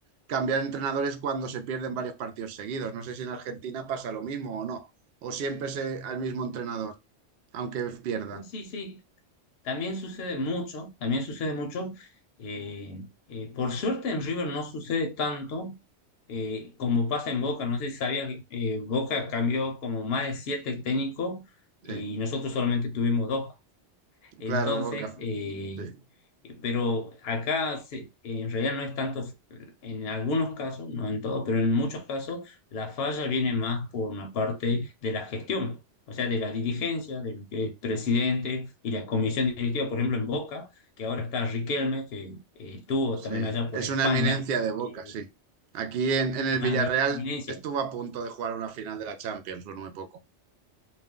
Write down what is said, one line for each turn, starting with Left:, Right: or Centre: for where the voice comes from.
Right: cambiar entrenadores cuando se pierden varios partidos seguidos. No sé si en Argentina pasa lo mismo o no, o siempre es eh, al mismo entrenador. Aunque pierda,
Left: Sí, sí, sí. También sucede mucho, también sucede mucho. Eh, eh, por suerte en River no sucede tanto eh, como pasa en Boca. No sé si sabías, eh, Boca cambió como más de siete técnicos
Right: sí.
Left: eh, y nosotros solamente tuvimos dos. Entonces,
Right: Claro, Boca,
Left: eh,
Right: sí,
Left: Eh, Pero acá se- en realidad no es tanto, en algunos casos, no en todos, pero en muchos casos la falla viene más por una parte de la gestión, o sea, de la dirigencia, del que el presidente y la comisión directiva, por ejemplo, en Boca, que ahora está Riquelme, que eh, estuvo
Right: sí.
Left: también allá
Right: Es
Left: por España,
Right: una eminencia de Boca,
Left: eh,
Right: sí. Aquí en, en el
Left: claro,
Right: Villarreal
Left: es una eminencia,
Right: estuvo a punto de jugar una final de la Champions, no muy poco.